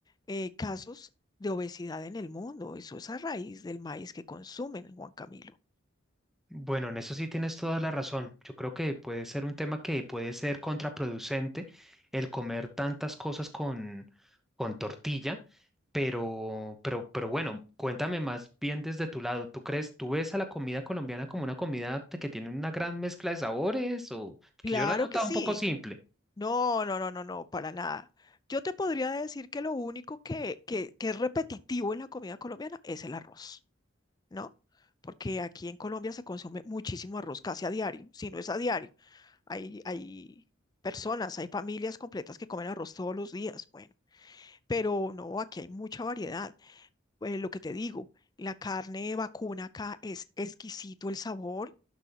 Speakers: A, on the left; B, in the centre.
A: eh, casos de obesidad en el mundo, eso es a raíz del maíz que consumen, Juan Camilo.
B: Bueno, en eso sí tienes toda la razón. Yo creo que puede ser un tema que puede ser contraproducente el comer tantas cosas con, con tortilla, pero, pero, pero bueno, cuéntame más bien desde tu lado. ¿Tú crees, tú ves a la comida colombiana como una comida que tiene una gran mezcla de sabores o
A: Claro
B: que yo la he notado
A: que sí.
B: un poco simple?
A: No, no, no, no, no, para nada. Yo te podría decir que lo único que, que, que es repetitivo en la comida colombiana es el arroz, ¿no? Porque aquí en Colombia se consume muchísimo arroz casi a diario, si no es a diario. Hay, hay personas, hay familias completas que comen arroz todos los días, bueno, pero no, aquí hay mucha variedad. Eh, lo que te digo, la carne vacuna acá es exquisito el sabor